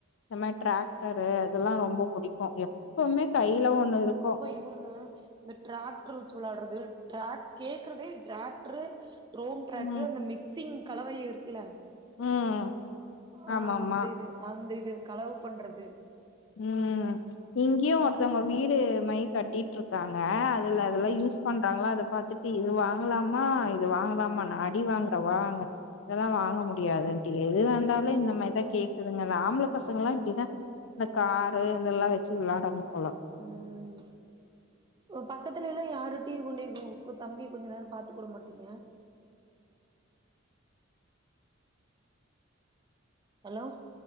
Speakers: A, on the left; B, on the right.
A: நம்ம டிராக்டரு அதெல்லா ரொம்ப புடிக்கும் எப்பவுமே கையில ஒண்ணு இருக்கும்
B: ஆமா இந்த டிராக்டர் வெச்சு விளாடுறது கேக்குறதே டிராக்டரு ட்ரோம் ட்ராக்கு
A: ம்
B: அந்த மிக்சிங் கலவைய இருக்குல்ல
A: ம்
B: ஆ
A: ஆமாமா
B: அந்த இது அந்த இது கலவ பண்றது
A: ம் இங்கயு ஒருத்தங்க வீடு மை கட்டி ட்ருக்காங்க அதுல அதெல்லா
B: ம்
A: யூஸ் பண்றாங்ளா அத பாத்துட்டு இது வாங்கலாமா இது வாங்கலாமா நா அடி வாங்கறன் வா அங்க இதெல்லா வாங்க முடியாதுன்ட்டு எது வந்தாலு இந்த மாரிதான் கேக்குதுங்க அந்த ஆம்பள பசங்க எல்லா இப்டிதான் இந்த காரு இதெல்லா வெச்சு வெளாடுங்கப்பா
B: ம் ஒ பக்கத்துலேலா யாரிட்டையு கொண்டேய் கு கு தம்பி கொஞ்சோ நேரோ பாத்துக்க வுட மாட்டீங்க ஹலோ